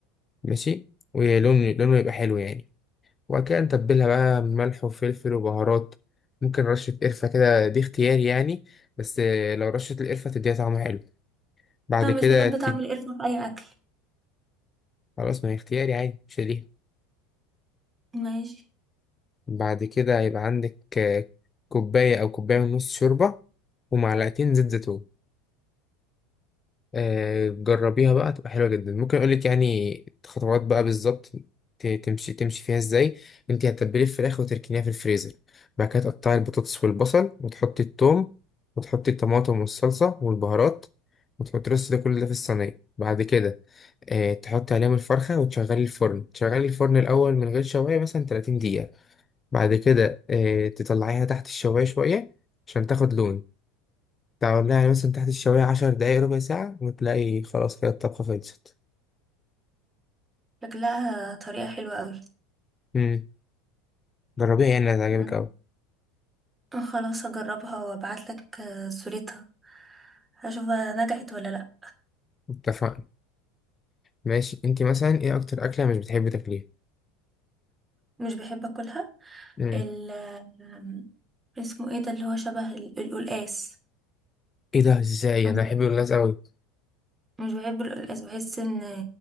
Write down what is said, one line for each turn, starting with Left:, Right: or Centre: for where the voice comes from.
Left: ماشي ولون لونه يبقى حلو يعني وبعد كده نتبلها بقى بملح وفلفل وبهارات ممكن رشة قرفة كده دي اختياري يعني بس آه، لو رشة القرفة تديها طعم حلو بعد
Right: انا
Left: كده
Right: مش بحب
Left: ت-
Right: طعم القرفة في اي اكل
Left: خلاص ما هي اختياري عادي مش ليها
Right: ماشي
Left: بعد كده هيبقى عندك آه، كوباية أو كوباية ونص شوربة ومعلقتين زيت زيتون آه، جربيها بقى تبقى حلوة جدا ممكن اقول لك يعني خطوات بقى بالظبط ت- تمشي تمشي فيها ازاي انت هتتبلي الفراخ وتركنيها في الفريزر بعد كده تقطعي البطاطس والبصل وتحطي الثوم وتحطي الطماطم والصلصة والبهارات وتحطي الرز ده كله ده في الصينية بعد كده آه، تحطي عليهم الفرخة وتشغلي الفرن تشغلي الفرن الأول من غير شواية مثلا 30 دقيقة بعد كده آه، تطلعيها تحت الشواية شوية عشان تاخد لون تعمل لها يعني مثلا تحت الشواية عشر دقايق ربع ساعة وتلاقي خلاص كده الطبخة خلصت
Right: شكلها طريقة حلوة قوي
Left: امم جربيها يعني هتعجبك
Right: أمم.
Left: أوي
Right: خلاص هجربها وابعت لك صورتها هشوف بقى نجحت ولا لا
Left: اتفقنا ماشي انتي مثلا ايه أكتر أكلة مش بتحبي تاكليها؟
Right: مش بحب اكلها
Left: امم
Right: ال آم، اسمه ايه ده اللي هو شبه ال- القلقاس
Left: ايه ده ازاي
Right: مش
Left: أنا بحب الناس أوي
Right: مش بحب القلقاس بحس ان